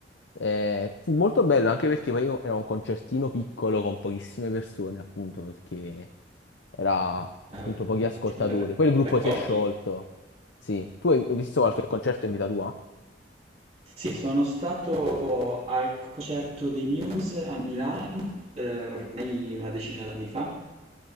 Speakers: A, on the left (about 75°); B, on the right (about 35°).
A: Eh, fu molto bello anche perché poi io era un concertino piccolo con pochissime persone, appunto, perché era appunto
B: Ah,
A: pochi ascoltatori.
B: sì, per,
A: Poi il gruppo
B: per pochi.
A: si è sciolto. Sì. Tu hai hai visto qualche concerto in vita tua?
B: Sì, sono stato al concerto dei Muse a Milano, eh, ormai una decina d'anni fa.